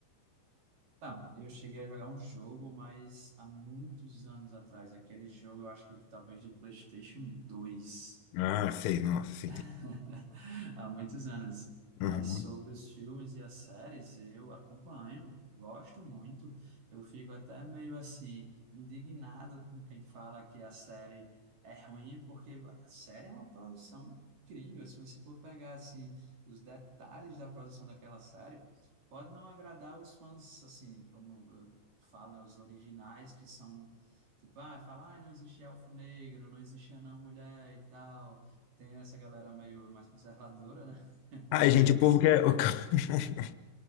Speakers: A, on the right (about 50°); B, on the left (about 90°).
A: Tá, eu cheguei a jogar um jogo, mas há muitos anos atrás, aquele jogo eu acho que talvez de PlayStation 2
B: Ah, sei, nossa, sim, tem.
A: <laughs> há muitos anos. Mas
B: Uhum.
A: sobre os filmes e as séries, eu acompanho, gosto muito. Eu fico até meio assim, indignado com quem fala que a série é ruim, porque a série é uma produção incrível. Se você for pegar assim, os detalhes da produção daquela série, pode não agradar os fãs, assim, como eu falo, né, os originais que são. Tipo, ah, fala, ah, não existia elfo negro, não existia não mulher e tal. Tem essa galera meio mais conservadora, né? <laughs>
B: Ai,
A: Digamos
B: gente, o
A: assim.
B: povo quer. <laughs>